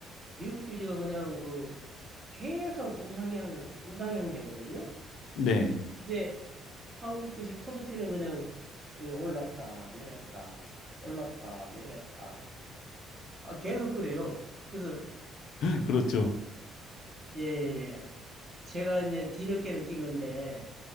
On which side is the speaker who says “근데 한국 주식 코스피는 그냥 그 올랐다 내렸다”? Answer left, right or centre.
Right